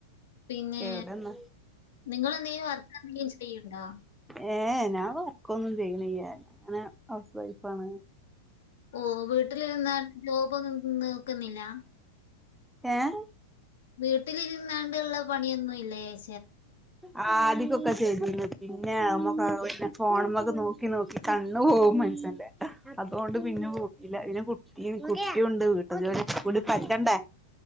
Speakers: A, on the left; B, in the centre.
A: പിന്നേ
B: എവിടെന്നാ
A: നിങ്ങെളെന്തെലും വർക്ക് എന്തെലും ചെയ്യ്ണ്ടോ?
B: ഏഹ് ഞാൻ വർക്കൊന്നും ചെയ്യണില്ല അങ്ങനെ ഹൗസ് വൈഫാണ്.
A: ഓഹ് വീട്ട വീട്ടിലിന്ന ജോബൊന്നും നോക്കുന്നില്ല?
B: ഏഹ്
A: വീട്ടിലിരുന്നാണ്ടുള്ളപണിയൊന്നുല്ല?
B: ആ അതിക്കൊക്കെ ശരി പിന്നെഞമ്മക്ക് പിന്നെ ഫോണമ്മക്ക്നോക്കി നോക്കി കണ്ണ് പോകും മനസ്സ്ന്റെ. അതോണ്ട് പിനോം ഇല്ല പിന്നെ കുട്ടി കുട്ട്യൂണ്ട് വീട്ട്ജോലിക്കക്കൂടി പറ്റണ്ടേ?